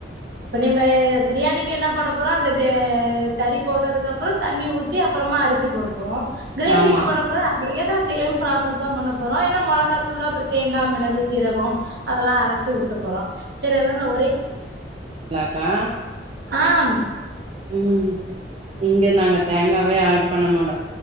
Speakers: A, on the right (about 65°); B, on the right (about 35°).
A: இப்ப நீம்ப பிரியாணிக்கு என்ன பண்ண போறோ அந்த கே ஆ கறி போட்டதுக்கு அப்றோ தண்ணி ஊத்தி அப்றோம அரிசி போட போறோம் கிரேவிக்கு
B: ஆமா
A: பண்ணப்ப அதேதா சேம் ப்ராசஸ்தா பண்ண போறோ என்ன மொளகாத்தூளு அப்பற தேங்கா மெளகு சீரகம் அதல்லா அரச்சி ஊத்த போறோ செரி அதல்லா நா ஒரே
B: கா
A: ஆம்
B: ம் இங்க நாங்க தேங்காவே ஆட் பண்ண மாட்டோ